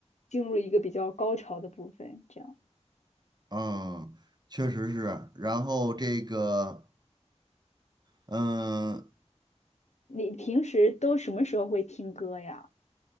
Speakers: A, on the left; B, on the right.
A: 进入了一个比较高潮的部分，这样。
B: 嗯，确实是。然后这个，嗯
A: 你平时都什么时候会听歌呀？